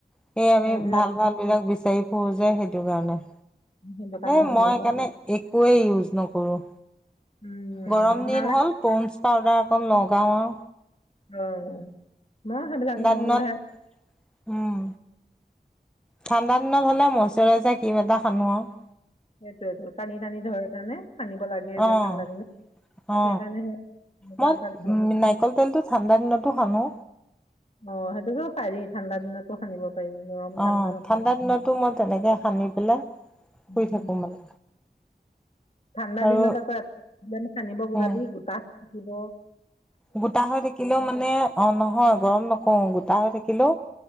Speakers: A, in the centre; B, on the left (about 40°).
A: সেই আমি
B: সেইবিলাক
A: ভাল ভাল বিলাক বিচাৰি ফুৰো যে। সেটোকাৰণে।
B: সেইটো কাৰণে
A: এ
B: হেৰি
A: মই
B: হৈ
A: একাৰণে
B: যায়
A: একোয়ে ইউজ নকৰো।
B: উম
A: গৰম দিন
B: নালাগে
A: হ'ল পণ্ডছ পাউদাৰ অকণ লগাওঁ আও।
B: উম। না সেইবিলাক মোৰ
A: দিনত
B: হে
A: উম, ঠাণ্ডা দিনত হলে মচৰাইজাৰ ক্ৰিম এটা সানো আৰু।
B: সেইটোয়টো, টানি টানি ধৰে কাৰণে সানিব লাগে যে
A: অ',
B: ঠাণ্ডা দিনত
A: অ।
B: সেইকাৰণে সে এনেকুৱা
A: মই
B: এটা ঘঁহি
A: নাৰিকল তেলটো ঠাণ্ডা দিনতো সানো।
B: অ সেইটোতো পাৰি ঠাণ্ডা দিনতো সানিব পাৰি, গৰম
A: অ
B: ঠাণ্ডা কথা নাই।
A: দিনতো মই তেনেকে সানি পেলাই শুই থাকো মানে
B: ঠাণ্ডা
A: আৰু
B: দিনত আকৌ সানিব
A: উম
B: যাবি গোটা দিব।
A: গোটা হৈ থাকিলেও মানে অ নহয়, গৰম নক ও গোটা হৈ থাকিলো।